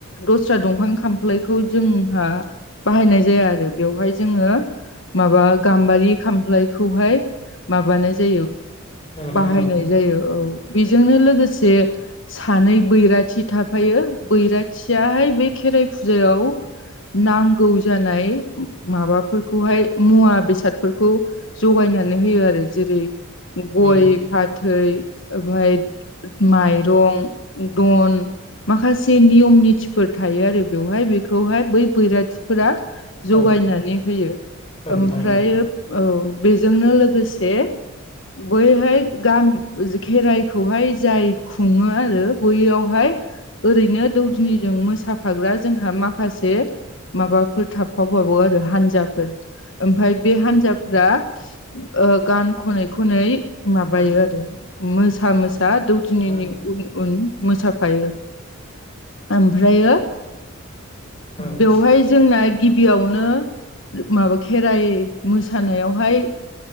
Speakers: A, on the left; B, on the left.
A: दस्रा दंफां खाम फ्लायखौ जोंहा बाहायनाय जाया आरो बेवहाय जोङो माबा गाम्बारि खामफ्लायखौहाय माबानाय जायो
B: औ नोंथां
A: बाहायनाय
B: औ
A: जायो औ बेजोंनो लोगोसे सानै बैराथि थाफायो बैराथियाहाय बे खेराइ फुजायाव नांगौ जानाय माबाफोरखौहाय मुवा बेसादफोरखौ जगायनानै होयो आरो जेरै
B: औ
A: गय
B: नोंथां
A: फाथै ओमफाय माइरं दन माखासे नियम नितिफोर थायो आरो। बेवहाय बेखौहाय बै बैराथिफोरा जगायनानै
B: औ
A: होयो
B: औ
A: ओमफ्राय
B: नोंथां
A: औ बेजोंनो लोगोसे बैहाय गाम खेराइखौहाय जाय खुङो आरो बैयावहाय ओरैनो दौदिनिजों मोसाफाग्रा जोंहा माखासे माबाफोर थाफाबावो आरो हानजाफोर। ओमफाय बे हान्जाफ्रा ओ गान खनाय खनै माबायो
B: मा ओंख्रि
A: आरो मोसा मोसा दौदिनिनि
B: मा ओंख्रि
A: उन उन मोसाफायो ओमफ्रायो
B: औ नोंथां
A: बेवहाय जोंना गिबियावनो माबा खेराइ मोसानायावहाय